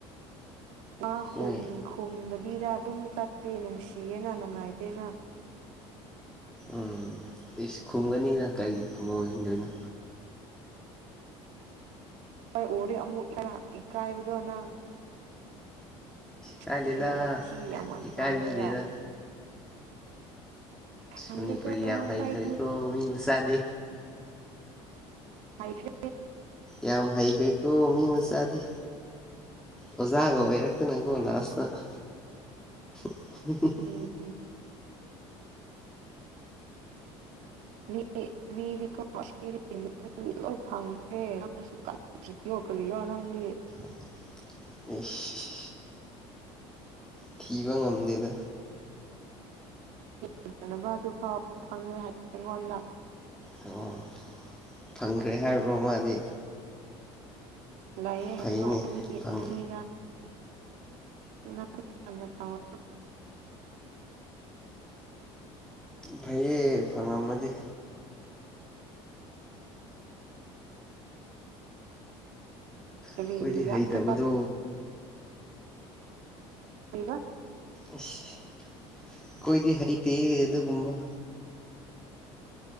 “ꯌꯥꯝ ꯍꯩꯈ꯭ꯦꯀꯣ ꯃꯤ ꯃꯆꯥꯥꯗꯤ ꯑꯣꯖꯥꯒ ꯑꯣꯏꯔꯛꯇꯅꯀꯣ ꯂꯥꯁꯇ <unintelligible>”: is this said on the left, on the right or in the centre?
Centre